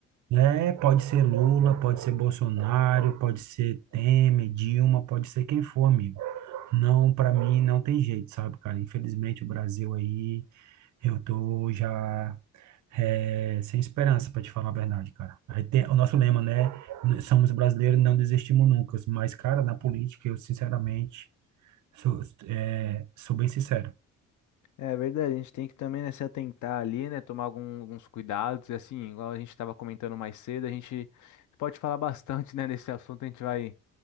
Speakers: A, on the right; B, on the left.
A: é, pode ser Lula, pode ser Bolsonaro, pode ser Temer, Dilma, pode ser quem for, amigo. Não, para mim não tem jeito, sabe, cara? Infelizmente o Brasil aí, eu tô já é, sem esperança, para te falar a verdade, cara. A gente tem- o nosso lema, né? Somos brasileiros, não desistimos nunca. Mas, cara, na política, eu sinceramente sou, é, sou bem sincero.
B: É verdade, a gente tem que também, né, se atentar ali, né, tomar algum- alguns cuidados, e assim, igual a gente estava comentando mais cedo, a gente pode falar bastante, né, nesse assunto, a gente vai,